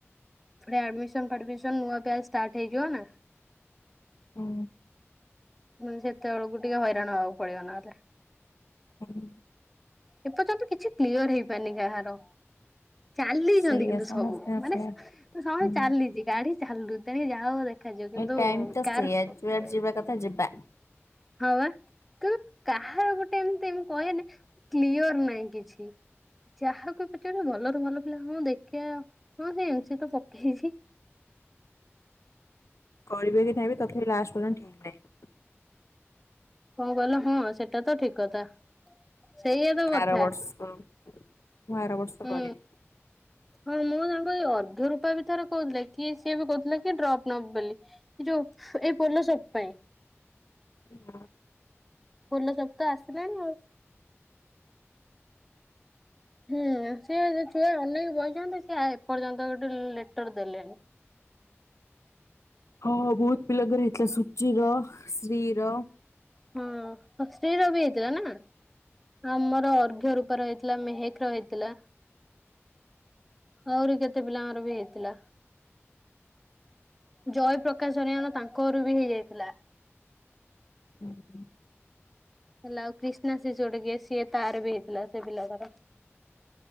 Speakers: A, in the centre; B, on the left (about 80°).
A: ଫେର୍ ଆଡମିସନ୍ ଫାଡମିସନ୍ ନୂଆ ବ୍ୟାଜମଚ୍ ଷ୍ଟାର୍ଟ ହେଇଯିବ ନା।
B: ହଁ।
A: ନନେ ସେତେବେଳକୁ ଟିକେ ହଇରାଣ ହବାକୁ ପଡିବ ନହେଲେ।
B: ହଁ।
A: ଏପର୍ଯ୍ୟନ୍ତ କିଛି କ୍ଲିୟର୍ ହେଇପାରନି କାହାର। ଚାଲିଛନ୍ତି
B: ସେଇଆ
A: କିନ୍ତୁ
B: ସମସ୍ତଙ୍କ
A: ସବୁ, ମାନେ
B: ସେଇଆ।
A: ସହେ
B: ହୁଁ
A: ଚାଲିଚି। ଗାଡି ଚାଲୁ ତେଣିକି ଯାହା ହବ ଦେଖାଯିବ। କିନ୍ତୁ
B: ଏ ଟାଇମ ତ
A: କାର
B: ସେଇଆ ଯୁଆଡେ ଯିବା କଥା ଯିବା।
A: ହଁ ବା। କିନ୍ତୁ କାହାର ଗୋଟେ ଏମତି ମୁଁ କହେନି କ୍ଲିଅର ନାହିଁ କିଛି। ଯାହାକୁ ପଚାରିବୁ ଭଲରୁ ଭଲ ପିଲା ମୁ ଦେଖିଆ। ହଁ ସେ ଏମିତି ତ ପକେଇଛି।
B: କରିବେ କି ନାହିଁ ବି ତଥାପି ଲାଷ୍ଟ ପର୍ଯ୍ୟନ୍ତ ଠିକ୍ ନାହିଁ।
A: କଣ କହିଲ ହଁ ସେଟା ତ ଠିକ୍ କଥା। ସେଇଆ ତ କଥା
B: ଆର ବର୍ଷ। ମୁଁ ଆର ବର୍ଷ
A: ହୁଁ।
B: କରିବି।
A: ହଁ ମୁଁ ତାଙ୍କ ଏଇ ଅର୍ଘ୍ୟ ରୂପା ବିଥରେ କହୁଥିଲେ କି ସିଏ ବି କହୁଥିଲେ କି ଡ୍ରପ୍ ନବ ବୋଲି। କି ଯୋଉ ଏଇ ପୋଲ ସୋପ୍ ପାଇଁ।
B: ହଁ।
A: ପୋଲ ସୋପ୍ ତ ଆସିଲାଣି ଆଉ। ହୁଁ ସେ ଛୁଆ ଅନେଇ ବଇ ଛନ୍ତି ସିଏ ଏପର୍ଯ୍ୟନ୍ତ ଗୋଟେ ଲେଟର ଦେଲେନି।
B: ହଁ ବୋହୁତ୍ ପିଲାଙ୍କର ହେଇଥିଲା ସୂଚୀର ଶ୍ରୀ ର
A: ହଁ ଶ୍ରୀ ର ବି ହେଇଥିଲା ନା? ଆମର ଅର୍ଘ୍ୟ ରୁ କରା ହେଇ ଥିଲା ମେହେକ ର ହେଇ ଥିଲା। ଆହୁରି କେତେ ପିଲାଙ୍କମର ବି ହେଇଥିଲା। ଜୟ ପ୍ରକାଶ ହେରିଆଙ୍କର ତାଙ୍କ ଘରୁ ବି ହେଇଯାଇଥିଲା।
B: ହୁଁ।
A: ହେଲା ଆଉ କ୍ରିଷ୍ଣା ସେ ଝିଅ ଟି କିଏ ତାର ବି ହେଇଥିଲା ସେ ପିଲାର